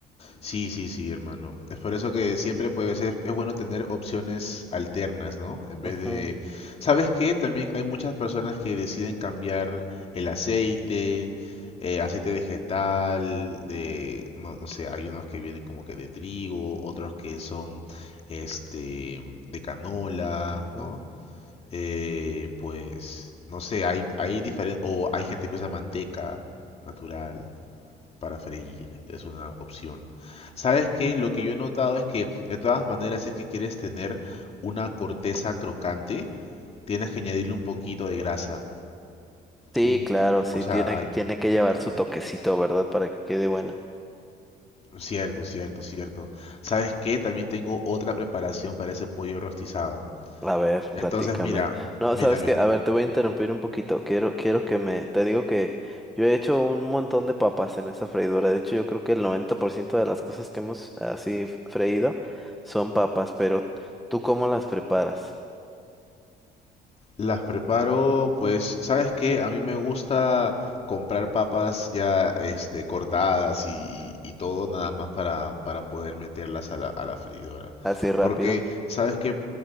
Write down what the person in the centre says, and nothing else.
Ujú,
ujú.
Sí,
claro,
sí,
tiene,
tiene que llevar
su toquecito, ¿verdad? Para que quede bueno.
A ver,
platícame.
No,
sabes
qué, a ver, te voy a interrumpir un poquito. Quiero, quiero que me, te digo que yo he hecho un montón de papas en esa freidora. De hecho, yo creo que el 90% de las cosas que hemos así f- freído son papas, pero ¿tú cómo las preparas?
Así rápido.